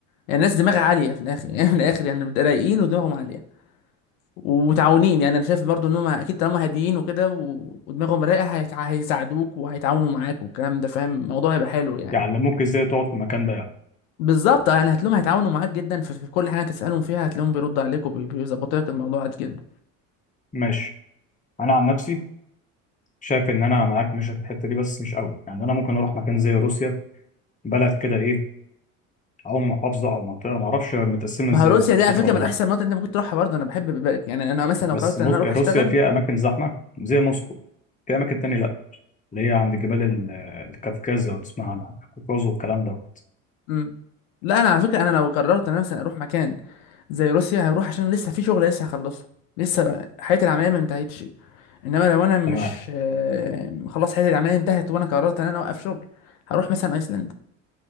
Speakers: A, on the left; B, on the left.
A: يعني الناس دماغها عاليه في الاخر <laughs> يعني من الاخر يعني رايقين ودماغهم عاليه ومتعاونين يعني انا شايف برضو ان هم اكيد طالما هاديين وكده و- ودماغهم رايقه هيتع- هيساعدوك وهيتعاونوا معاك والكلام ده فاهم الموضوع هيبقى حلو يعني
B: يعلموك ازاي تقعد في المكان ده يعني
A: بالظبط يعني هتلاقيهم هيتعاونوا معاك جدا في في كل حاجه تسالهم فيها هتلاقيهم بيردوا عليك وبيظبطوا لك الموضوع جدا
B: ماشي انا عن نفسي شايف ان انا معاك ماشي في الحته دي بس مش قوي يعني انا ممكن اروح مكان زي روسيا بلد كده ايه او محافظه او منطقه ما اعرفش متقسمه
A: ما
B: ازاي
A: هو روسيا
B: محافظات
A: دي على فكره
B: ولا
A: من
B: لا
A: احسن المناطق اللي انت ممكن تروحها برضه انا بحب بالك يعني انا مثلا لو
B: بس
A: قررت
B: موز...
A: ان انا اروح
B: روسيا
A: اشتغل
B: فيها اماكن زحمه زي موسكو في اماكن تانية
A: مم.
B: لا اللي هي عند جبال ال- الكافكاز لو تسمع عنها الكوكاز والكلام دوت
A: مم. لا انا على فكره انا لو قررت ان انا مثلا اروح مكان زي روسيا هروح عشان لسه في شغل لسه هخلصه لسه حياتي العمليه ما انتهتش انما لو انا مش
B: تمام
A: آه، خلاص حياتي العمليه انتهت وانا قررت ان انا اوقف شغل هروح مثلا ايسلند